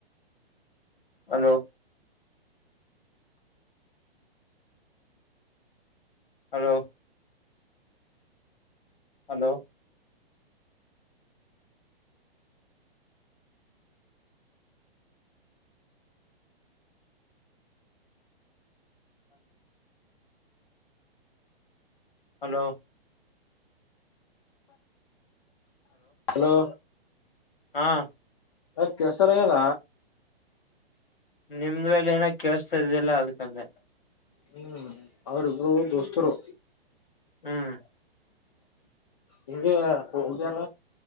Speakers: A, on the left (about 65°); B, on the left (about 30°).
A: hello hello hello hello
B: hello
A: ಹಾ
B: ಯಾಕ್ ಕೇಳ್ಸಲಾಗ್ಯದ.
A: ನಿಂಬಲೇನ ಕೆಳಸ್ತ ಇದ್ದಿಲ್ಲ ಅದಕ್ ಅಂದ್ಯ.
B: ಹ್ಮ್ ಅವ್ರ ಇಬ್ರೂ ದೊಸ್ತೂರು.
A: ಹ್ಮ್ <inaudible>
B: ಹಿಂಗೆ ಹೋಗ್ಯರ.